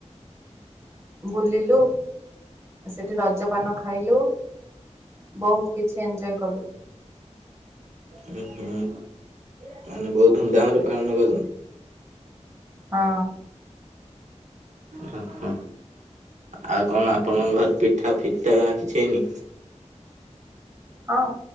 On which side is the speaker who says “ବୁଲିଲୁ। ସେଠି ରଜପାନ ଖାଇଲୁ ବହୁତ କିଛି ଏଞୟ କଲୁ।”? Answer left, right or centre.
Right